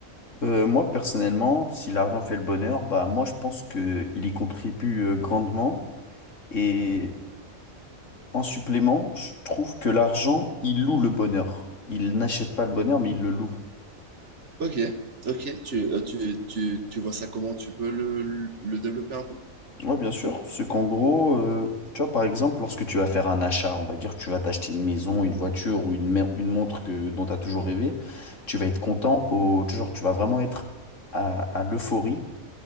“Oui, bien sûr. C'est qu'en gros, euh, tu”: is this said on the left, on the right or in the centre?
Left